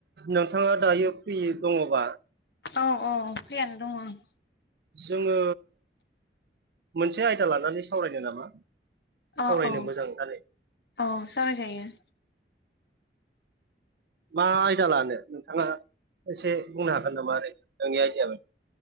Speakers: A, on the right (about 60°); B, on the left (about 65°).
A: नोंथाङा दायो फ्रि दङबा
B: औ औ फ्रियानो दङ आं
A: जोङो मोनसे आयदा लानानै सावरायनो नामा?
B: औ
A: सावरायनो
B: औ
A: मोजां ओंखारो
B: औ सावरायजायो।
A: मा आयदा लानो नोंथाङा एसे बुंनो हागोन नामा ओरै नोंनि आयडिया बायदि